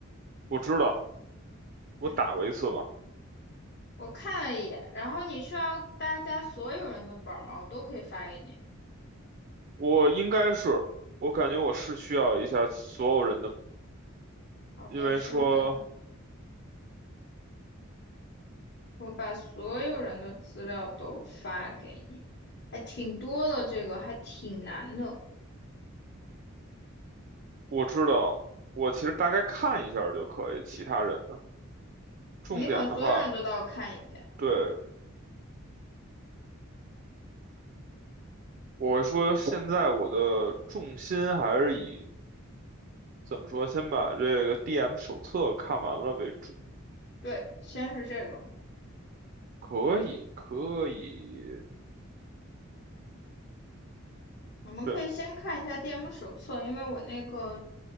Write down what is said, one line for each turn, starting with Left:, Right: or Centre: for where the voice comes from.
Right: 我知道，我打过一次嘛，
Left: 嗯，我看了一眼，然后你需要大家所有人的本儿吗？我都可以发给你。
Right: 我应该是，我感觉我是需要一下所有人的，
Left: 好的，
Right: 因为说
Left: 稍等，我把所有人的资料都发给你，还挺多的，这个还挺难的，
Right: 我知道，我其实大概看一下儿就可以，其他人的重点的话，
Left: 你可能所有人都要看一遍。
Right: 对，我会说现在我的重心还是以。怎么说？先把这个 DM 手册看完了为主。
Left: 对，先是这个，
Right: 可以，可以，
Left: 我们可以先看一下
Right: 对
Left: DM 手册，因为我那个